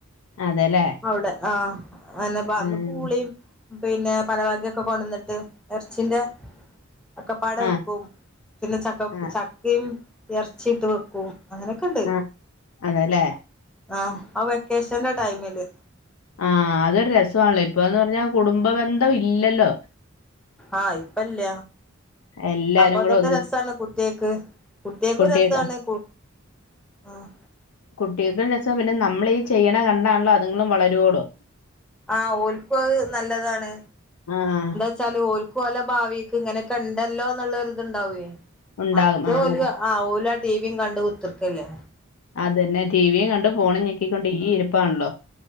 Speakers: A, on the left; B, in the centre.
A: അതെല്ലേ
B: അവടെ ആഹ് എന്നപ്പ അന്ന്
A: ഉം.
B: പൂളീം പിന്നെ പല വകക്കെ കൊണ്ടന്ന്ട്ട് എർച്ചിന്റെ ഒക്കെപ്പാടെ
A: ആ
B: വെക്കും പിന്നെ ചക്ക കൂ
A: ആ
B: ചക്കയും എർച്ചിട്ട് വെക്കും അങ്ങനൊക്കെണ്ട്
A: ആ അതെല്ലേ
B: ആ ആ വെക്കേഷന്റെ ടൈമില്
A: ആഹ് അതൊരു രസാണല്ലോ ഇപ്പൊന്ന് പർഞ്ഞാ കുടുംബ ബന്ധം ഇല്ലല്ലോ
B: ആഹ് ഇപ്പല്ല
A: എല്ലാരും
B: അപ്പതൊക്കെ
A: കൂടെ ഒന്നിച്ച്
B: രസാണ് കുട്ട്യാക്ക് കുട്ട്യാക്കും
A: കുട്ടിയെ
B: രസാണ് കു ആഹ്
A: കുട്ട്യാക്കും രസ പിന്നെ നമ്മളീ ചെയ്യ്ണ കണ്ടാണല്ലോ അതുങ്ങളും വളരുള്ളു
B: ആഹ് ഓൽക്കും അത് നല്ലതാണ്
A: ആഹ്
B: ച്ചാല് ഓൽക്കോല ഭാവീക്ക് ഇങ്ങനെക്കെണ്ടല്ലോന്ന്ള്ളരിത്ണ് വേ
A: ഉണ്ടാകും
B: മറ്റേ
A: ആഹ്
B: ഓല് ആഹ് ഓലാ ടിവിം കണ്ട് കുത്ത്ർക്കല്ലേ
A: അതെന്നെ ടിവിം കണ്ട് ഫോണും ഞെക്കിക്കൊണ്ട് ഈ ഇരിപ്പാൺല്ലോ